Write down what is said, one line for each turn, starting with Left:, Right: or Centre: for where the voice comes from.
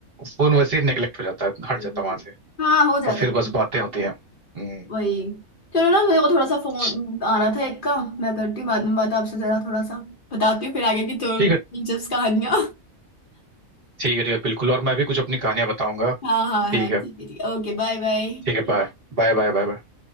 Right: फोन वैसे ही नेगलेक्ट हो जाता है
Left: हम्म,
Right: हट जाता है वहां से
Left: हाँ हो जाता
Right: और फिर
Left: है
Right: बस बातें होती हैं हम्म,
Left: वही चलो ना मेरे को थोड़ा सा फोन
Right: ठीक
Left: आना था एक का मैं करती हूँ बाद में बात आपसे जरा थोड़ा सा बताती हूँ फिर आगे की तो
Right: है
Left: दिलचस्प कहानियाँ <laughs>
Right: ठीक है ठीक है बिल्कुल और मैं भी कुछ अपनी कहानियां बताऊंगा
Left: हाँ हाँ हाँ
Right: ठीक है
Left: ठीक है ठीक है ओके बाय बाय
Right: ठीक है bye Bye bye bye bye